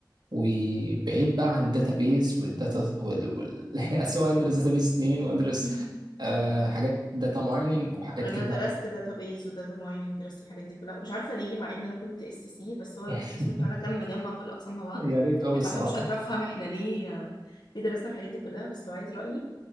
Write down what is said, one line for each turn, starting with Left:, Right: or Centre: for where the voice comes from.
Right: وبعيد بقى عن الداتابيز والداتا وال... وال... <laughs> يعني سواء ادرس داتابيز اتنين وادرس
Left: <laughs>
Right: آه حاجات داتا مايننج وحاجات
Left: انا
Right: كده
Left: درست داتابيز وداتا مايننج درست الحاجات دي كلها مش عارفه ليه مع ان انا كنت اس سي بس هو
Right: <laughs>
Left: القسم بتاعنا كان مجمع كل الاقسام مع بعض
Right: غريب قوي
Left: يعني
Right: الصراحه
Left: فعلا مش قادره افهم احنا ليه آه، ليه درسنا الحاجات دي كلها بس لو عايز رايي